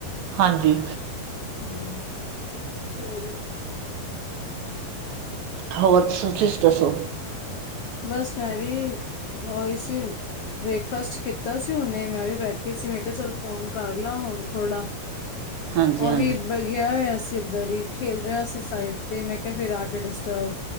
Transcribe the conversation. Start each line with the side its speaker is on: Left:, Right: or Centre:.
Right: ਹਾਂਜੀ
Left: ਹੂੰ ਸਹੀ ਹੈ।
Right: ਹੋਰ ਤੁਸੀ ਦਸੋ।
Left: ਬਸ ਮੈਂ ਵੀ <unintelligible> ਬ੍ਰੇਕਫਾਸਟ ਕੀਤਾ ਸੀ ਉਹਨੇ ਮੈਂ ਵੀ ਬੈਠੀ ਸੀ ਮੈਂ ਕਿਹਾ ਚੱਲ ਫੋਨ ਕਰ ਲਾ ਹੁਣ ਥੋੜ੍ਹਾ
Right: ਹਾਂਜੀ
Left: ਉਹ
Right: ਹਾਂਜੀ
Left: ਵੀ ਗਿਆ ਹੋਇਆ ਸੀ ਉਧਰ ਹੀ ਖੇਲ ਰਿਹਾ ਸੀ ਸਾਈਡ ਤੇ ਮੈਂ ਕਿਹਾ ਫਿਰ ਆ ਕੇ ਡਿਸਟਰਬ